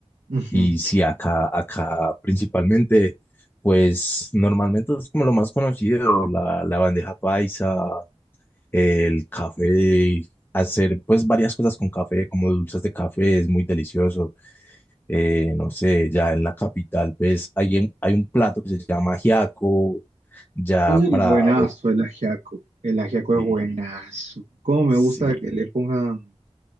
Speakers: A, on the right (about 80°); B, on the left (about 20°).
A: Ujú.
B: Y sí, acá, acá principalmente, pues normalmente es como lo más conocido, la, la bandeja paisa, el café, hacer pues varias cosas con café, como dulces de café, es muy delicioso. Eh, no sé, ya en la capital, pues hay, un- hay un plato que se llama ajiaco, ya
A: Uy,
B: para...
A: buenazo
B: o-
A: el ajiaco. El ajiaco
B: Sí,
A: es buenazo. Cómo me
B: sí,
A: gusta que le pongan